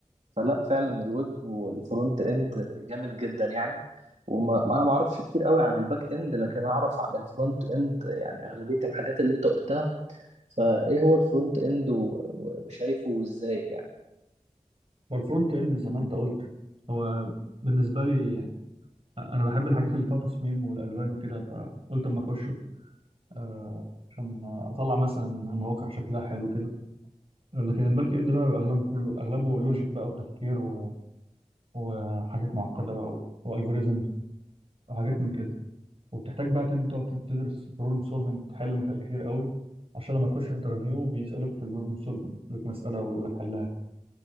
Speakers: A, on the right; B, on the right.
A: فلا فعلا الويب والفرونت اند جامد جدا يعني وما ما انا ما اعرفش كتير قوي عن الباك اند لكن اعرف عن الفرونت اند يعني اغلبية الحاجات اللي انت قلتها فايه هو الفرونت اند و- و- وشايفه ازاي يعني
B: والفرونت اند زي ما انت قلت هو بالنسبة لي يعني أنا بحب الحاجات اللي فيها تصميم والألوان وكده فقلت أما أخش آه، عشان اطلع مثلا مواقع شكلها حلو كده لكن الباك اند بقى بيبقى اغلبه كله اغلبه لوجيك بقى وتفكير و... وحاجات معقده بقى و... والجوريزمز وحاجات من كده وبتحتاج بقى تد- تقعد تدرس بروبلم سولفنج تحل مشاكل كتير قوي عشان لما تخش انترفيو بيسالوك في البروبلم سولفنج يدوك مساله ويقول لك حلها